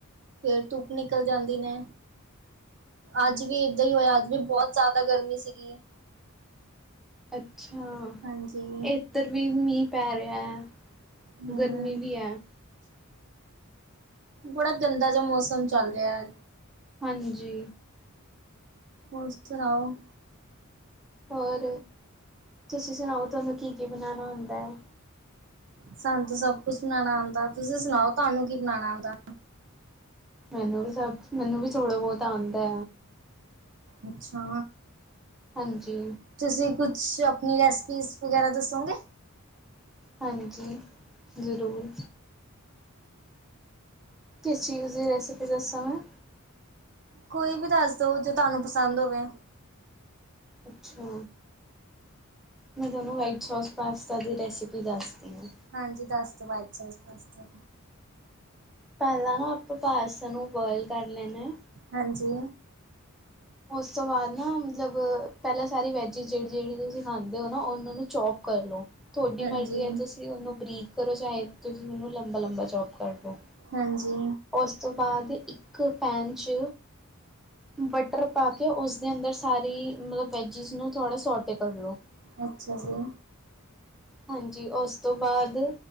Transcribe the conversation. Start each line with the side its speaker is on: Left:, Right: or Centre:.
Right: ਫੇਰ ਧੁੱਪ ਨਿਕਲ ਜਾਂਦੀ ਨੇ। ਅੱਜ ਵੀ ਏਦਾਂ ਈ ਹੋਇਆ, ਅੱਜ ਵੀ ਬੋਤ ਜਾਦਾ ਗਰਮੀ ਸੀਗੀ।
Centre: ਅੱਛਾ!
Right: ਹਾਂਜੀ
Centre: ਇੱਧਰ ਵੀ ਮੀਂਹ ਪੈ ਰਿਹਾ ਹੈ।
Right: ਹਮ
Centre: ਗਰਮੀ ਵੀ ਐ।
Right: ਬੜਾ ਗੰਦਾ ਜਿਹਾ ਮੌਸਮ ਚੱਲ ਰਿਹਾ
Centre: ਹਾਂਜੀ।
Right: ਹੋਰ ਸੁਣਾਓ?
Centre: ਹੋਰ ਤੁਸੀਂ ਸੁਣਾਓ ਤੁਹਾਨੂੰ ਕੀ ਕੀ ਬਣਾਉਣਾ ਹੁੰਦਾ ਹੈ?
Right: ਸਾਨੂੰ ਤਾਂ ਸਭ ਕੁੱਛ ਬਣਾਣਾ ਆਂਦਾ ਤੁਸੀਂ ਸੁਣਾਓ ਤੁਹਾਨੂੰ ਕੀ ਬਣਾਣਾ ਆਂਦਾ?
Centre: ਮੈਨੂੰ ਵੀ ਸਭ ਮੈਨੂੰ ਵੀ ਥੋੜਾ ਬੋਤ ਆਂਦਾ।
Right: ਅੱਛਾ।
Centre: ਹਾਂਜੀ।
Right: ਤੁਸੀਂ ਕੁਛ ਆਪਣੀ ਰੈਸਪੀਜ਼ ਵਗੈਰਾ ਦੱਸੋਗੇ!
Centre: ਹਾਂਜੀ ਜ਼ਰੂਰ। ਕਿਸ ਚੀਜ਼ ਦੀ ਰੈਸ? ਕੇੜਾ ਸਮਾਂ?
Right: ਕੋਈ ਵੀ ਦੱਸ ਦੋ ਜੋ ਤੁਹਾਨੂੰ ਪਸੰਦ ਹੋਵੇ।
Centre: ਅੱਛਾ। ਮੈਂ ਤੁਹਾਨੂੰ ਵਾਈਟ ਸੋਸ ਪਾਸਤਾ ਦੀ ਰੈਸਿਪੀ ਦੱਸਦੀ ਹਾਂ।
Right: ਹਾਂਜੀ ਦੱਸ ਦਿਓ ਵਾਈਟ ਸੋਸ ਪਾਸਤਾ।
Centre: ਪੈਲਾਂ ਨਾ ਆਪਾ ਪਾਸਤਾ ਨੂੰ ਬੋਇਲ ਕਰ ਲੈਂਨਾ।
Right: ਹਾਂਜੀ।
Centre: ਉਸ ਤੋਂ ਬਾਅਦ ਨਾ ਮਤਲਬ ਪਹਿਲਾਂ ਸਾਰੀ ਵੈਜ ਜਿਹੜੀ ਜਿਹੜੀ ਤੁਸੀਂ ਖਾਂਦੇ ਹੋ ਨਾ ਉਹਨਾਂ ਨੂੰ ਚੌਪ ਕਰ ਲਉ। ਥੋੜੀ
Right: ਹਾਂਜੀ।
Centre: ਮਰਜ਼ੀ ਐ ਤੁਸੀਂ ਓਨੂੰ ਬਰੀਕ ਕਰੋ ਚਾਹੇ ਤੁਸੀਂ ਓਨੂੰ ਲੰਬਾ ਲੰਬਾ ਚੋਪ ਕਰਲੋ।
Right: ਹਾਂਜੀ,
Centre: ਓਸ ਤੋਂ ਬਾਦ ਇੱਕ ਪੈਨ ਚ ਬਟਰ ਪਾ ਉਸਦੇ ਅੰਦਰ ਸਾਰੀ ਮਤਲਬ ਵੈਜਿਸ ਨੂੰ ਥੋੜ੍ਹਾ ਸੋਟੇ ਕਰ ਲਓ।
Right: ਅੱਛਾ ਜੀ।
Centre: ਹਾਂਜੀ ਉਸ ਤੋਂ ਬਾਅਦ